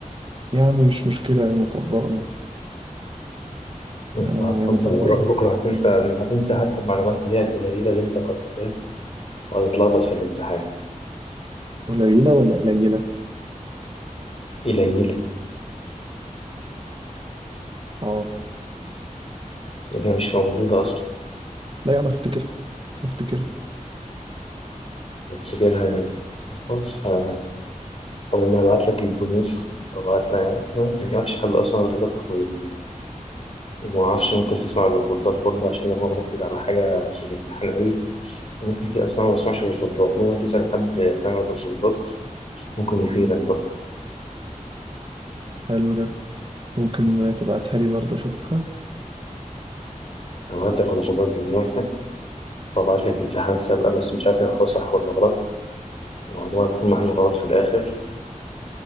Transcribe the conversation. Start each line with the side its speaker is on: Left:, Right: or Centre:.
Right: يا عم مش مشكلة ياما طبقنا
Left: وأنت
Right: يا عم
Left: هتطبق
Right: ياما طبقنا
Left: هتروح بكرة هتنسى هتنسى حتى المعلومات اللي هي القليلة اللي أنت كنت وهتتلخبط في الامتحان
Right: قليلة ولا قليلة؟
Left: قليلة
Right: اه
Left: هي مش موجودة أصلا
Right: لا يا عم افتكر افتكر
Left: بتسجلها يعني طب خلاص أنا- أول ما أبعت لك البنوك وأبعت لك يعني ما عندكش حل أصلا غير إنك تحفظ وما اعرفش ممكن تسمع الريكوردات برضه عشان لو هو مركز على حاجه في الامتحان قوي ممكن تبقى أصلاً ما بسمعش الريكوردات ممكن تسال حد سامع الريكوردات ممكن يفيدك برضه
Right: حلو ده ممكن تبعتها لي برضه اشوفها
Left: انا عملت الريكوردات بالمره وبعت لك امتحانات سابقه بس مش عارف هو صح ولا غلط معظمها بيكون محلول غلط في الاخر